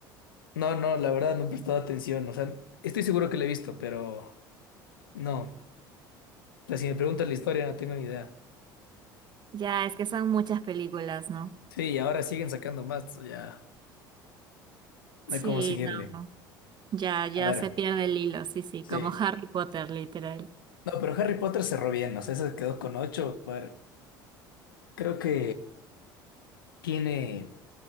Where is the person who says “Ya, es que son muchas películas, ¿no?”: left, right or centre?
Right